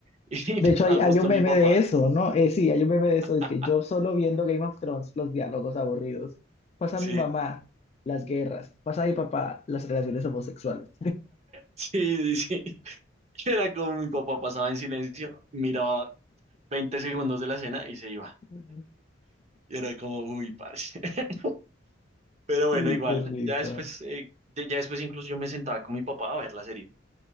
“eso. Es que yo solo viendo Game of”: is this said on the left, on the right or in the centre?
Left